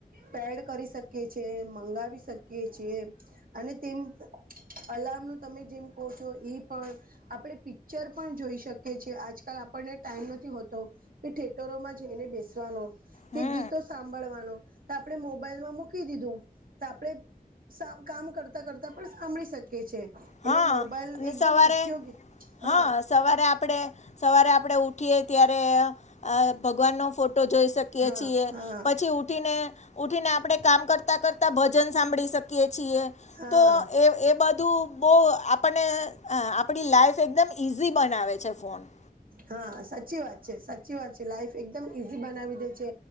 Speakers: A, on the right; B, on the left.
A: પેડ કરી શકી છે મંગાવી શકીએ છીએ અને તેમ અલાર્મ નું તમે જેમ કહો છો એ પણ આપડે પિક્ચર પણ જોઈ શક શકે્ય છે આજકાલ આપણને ટાઈમ નથી હોતો કે થેટરોમાં જઈને બેસવાનો કે
B: હમ
A: ગીતો સાંભળવાનો તો આપડે મોબાઈલમાં મૂકી દીધું તો આપડે સાવ કામ કરતા કરતા પણ સાંભળી શકીએ છે. એટલે
B: હા
A: મોબાઈલ
B: અને
A: એકદમ
B: સવારે
A: ઉપયોગી હ
B: હા સવારે આપડે સવારે આપડે ઉઠીએ ત્યારે અહ ભગવાનનો ફોટ તો જોઈ શકીએ
A: હા
B: છીએ
A: હા
B: પછી ઉઠીને ઉઠીને આપણે કામ કરતાં કરતાં ભજન સાંભળી શકીએ છીએ
A: હા
B: તો એ એ બધું તો આપણને આપણી લાઈફ એકદમ ઈઝી બનાવે છે ફોન
A: હા સાચી વાત છે સાચી વાત છે લાઈફ એકદમ ઈઝી બનાવી દે છે